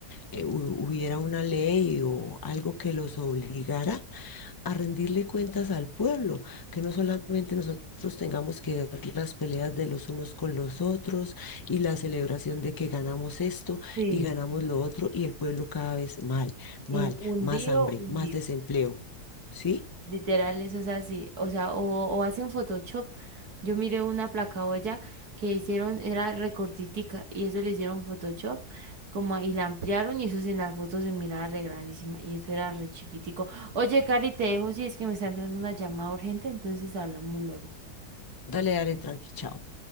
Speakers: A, on the left; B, on the right.
A: eh, hu- hubiera una ley o algo que los obligara a rendirle cuentas al pueblo, que no solamente nosotros tengamos que ver las peleas de los unos con los otros y la celebración de que ganamos esto
B: sí,
A: y ganamos lo otro y el pueblo cada vez mal,
B: y
A: mal,
B: hundido,
A: más hambre,
B: hundido.
A: más desempleo. ¿Sí?
B: Literal, eso es así. O sea, o, o hacen Photoshop. Yo miré una placa olla que hicieron, era recortitica, y eso le hicieron Photoshop, como y la ampliaron, y eso sí, en las fotos se miraba re y eso era re chiquitico. Oye, Cari, te dejo si es que me está entrando una llamada urgente, entonces hablamos luego.
A: Dale, dale, tranqui, chao.